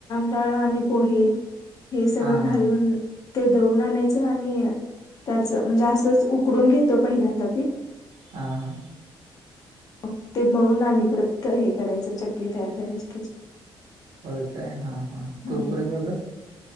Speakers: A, on the left; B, on the right.
A: ळ आणि पोहे हे सगळ
B: हां
A: घालून.
B: हां
A: ते दळून आणायचं आणि त्याचं म्हणजे असंच उकडून घेतो पहिल्यांदा पीठ
B: हा हा.
A: मग ते म्हळून आणि परत हे करायचं चकली तयार करायची त्याची
B: होय काय हा हा कुरकुरी
A: हम्म.
B: होतात.